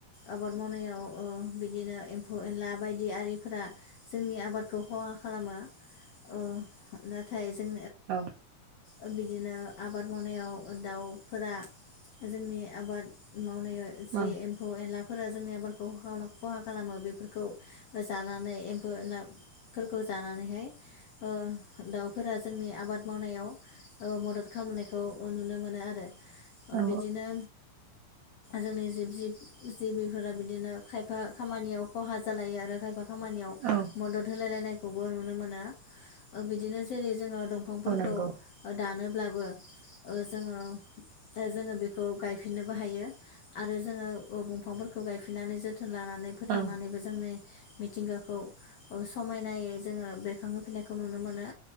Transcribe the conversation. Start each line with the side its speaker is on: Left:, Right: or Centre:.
Left: आबाद मावनायाव अ बिदिनो एम्फौ एनला बायदि आरिफोरा जोंनि आबादखौ खहा खालामो अ नाथाय जों
Right: औ
Left: ओ बिदिनो आबाद मावनायाव अ दाउफोरा जोंनि आबाद मावनायाव जि
Right: औ
Left: एम्फौ एनला फोरा जोंनि आबादखौ खल खहा खालामो बे बेफोरखौ जानानै बोलाब फोरखौ जानानैहाय ओ दाउ फोरा जोंनि आबाद मावनायाव ओ मदद खालामनायखौ अ नुनो मोनो आरो ओ
Right: औ
Left: बिदिनो जोंनि जिब जिबिफोरा बिदिनो खायफा खामानियाव खहा जालायो आरो खायफा खामानियाव
Right: औ
Left: मदद होलाय लायनायखौबो नुनो मोना। ओ बिदिनोसै जोंङो दंफांफोरखौ
Right: औ नंगौ
Left: ओ दानोब्लाबो ओ जोङो जोङो बेखौ गायफिननोबो हायो आरो जोङो बमफांफोरखौ गायफिननानै जोथ थोन लानानै फोथांनानैबो
Right: औ
Left: जोंनि मिथिंगाखौ अ समायनायै जोङो बेरखांहोफिननायखौ नुनो मोनो